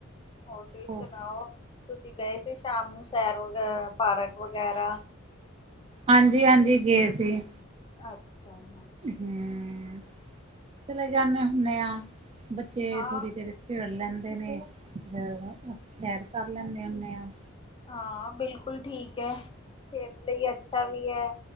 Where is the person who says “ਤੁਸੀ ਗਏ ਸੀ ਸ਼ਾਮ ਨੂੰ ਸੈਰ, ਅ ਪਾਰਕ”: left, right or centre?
Left